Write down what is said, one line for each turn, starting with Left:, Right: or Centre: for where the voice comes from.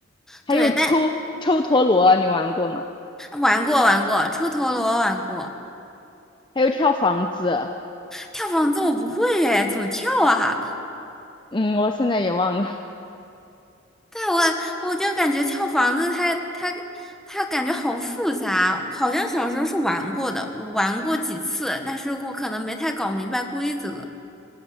Left: 还有抽抽陀螺，
Centre: 对，但
Left: 你玩过吗？
Centre: 玩过玩过，抽陀螺玩过，
Left: 还有跳房子，
Centre: 跳房子我不会耶，怎么跳啊？
Left: 嗯，我现在也忘了，
Centre: 但我我就感觉跳房子它它它感觉好复杂，好像小时候是玩过的，我玩过几次，但是我可能没太搞明白规则。